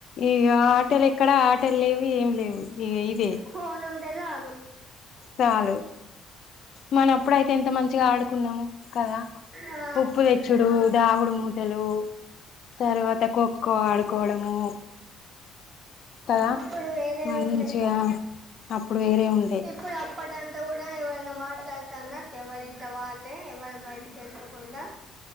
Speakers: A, on the left (about 60°); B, on the right (about 30°).
A: ఇగ ఆటలు ఎక్కడ ఆటలు లేవు ఏం లేవు ఇగ ఇదే
B: ఫోన్ ఉండే చాలు
A: చాలు మనప్పుడ అయితే ఎంత మంచిగా ఆడుకున్నాము కదా
B: ఆ
A: ఉప్పుతెచ్చుడు దాగుడు ము తలు తరువాత ఖో ఖో ఆడుకోవడము కదా
B: అప్పుడు వేరే
A: మంచిగా
B: ఉండే
A: అప్పుడు వేరే ఉండే
B: ఇప్పుడు అప్పటంత కూడా ఎవైనా మాట్లాడ తందక్ ఎవరింట్ల వాళ్ళే ఎవరు బయటికి వెళ్ళకుండా